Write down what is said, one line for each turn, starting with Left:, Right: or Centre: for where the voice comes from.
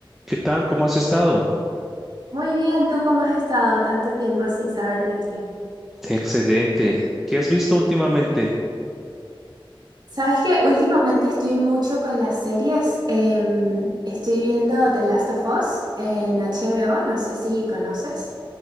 Centre: ¿Qué tal? ¿Cómo has estado?
Right: Muy bien, ¿tú cómo has estado tanto tiempo sin saber de ti?
Centre: Excelente. ¿Qué has visto últimamente?
Right: Sabes que últimamente estoy mucho con las series. em, estoy viendo The Last of Us en HBO, no sé si conoces.